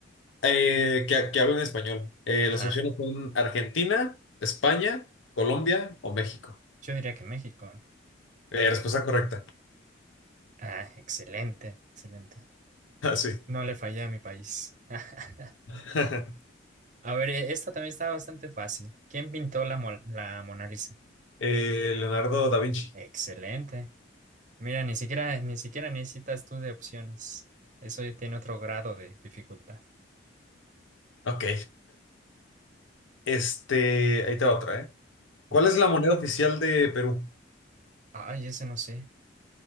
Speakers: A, on the left; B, on the right.
A: eh, que, que hablen español. Eh,
B: Ajá,
A: las opciones son Argentina, España, Colombia o México.
B: yo diría que México.
A: Eh, respuesta correcta. <laughs>
B: Ah, excelente, excelente.
A: Ah, sí.
B: No le fallé a mi país. <laughs>
A: <laughs>
B: A ver, eh, esta también está bastante fácil. ¿Quién pintó la, Mo- la Mona Lisa?
A: Eh, Leonardo da Vinci.
B: Excelente. Mira, ni siquiera, ni siquiera necesitas tú de opciones. Eso ya tiene otro grado de dificultad.
A: Ok. Este, ahí te va otra, ¿eh? ¿Cuál
B: Va.
A: es la moneda oficial de Perú?
B: Ay, ese no sé.